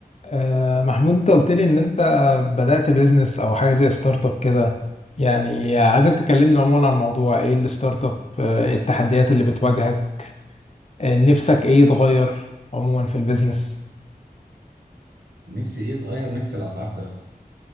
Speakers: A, on the left (about 45°); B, on the right (about 80°).
A: آه، محمود انت قلت لي ان انت بدأت بيزنس او حاجه زي ستارت اب كده يعني عايزك تكلمني عموما عن الموضوع ايه الستارت اب آه، إيه التحديات اللي بتواجهك آه، نفسك ايه يتغير عموما في البيزنس
B: نفسي ايه اتغير نفسي الاسعار ترخص